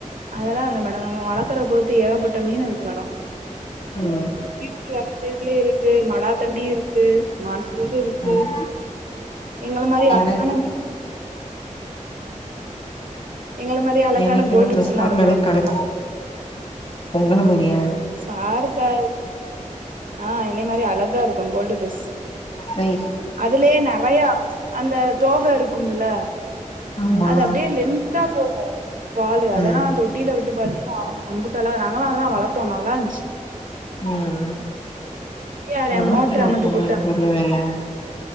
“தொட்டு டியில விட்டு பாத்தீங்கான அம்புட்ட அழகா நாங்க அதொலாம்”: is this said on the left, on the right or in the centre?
Right